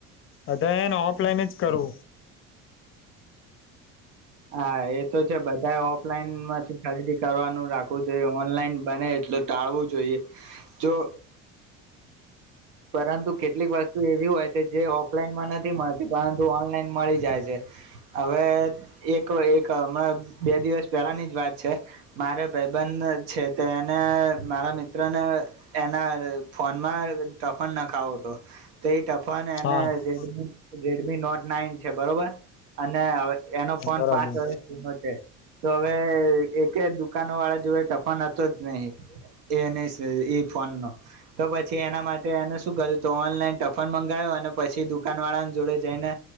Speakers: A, on the left; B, on the right.
A: બધાએ ઓફલાઈન જ કરો
B: હા એ તો છે. બધા ઓફલાઈન માંજ ખરીદી કરવાનું રાખવું જોઈએ. ઓનલાઈન બને એટલે ટાળવું જોઈએ. જો પરંતુ કેટલીક વસ્તુ એવી હોય છે. જે ઓફલાઈનમાં નથી મળતી. પરંતુ ઓનલાઈન મળી જાય છે. હવે એક એક હમણાં બે દિવસ પહેલાની જ વાત છે મારે ભાઈધંન છે, તે એને મારા મિત્રને એના ફોનમાં ટફન ના ખાવો તો તે ટફન પણ
A: હા
B: એન રેડમી મી નોટ નાઈન છે. બરોબર અને હવે એનો ફોન
A: બરાબર
B: પાંચ વર્ષ જુનો છે. તો હવે એક દુકાનો વાળા જોડ ટફન હતો જ નહી એ ન એ ફોન નો તો પછી એના મા તે એને શું કર્યું તો ઓનલાઈન ટફન મંગાવો અને પછી દુકાન વાળા જોડે જઈને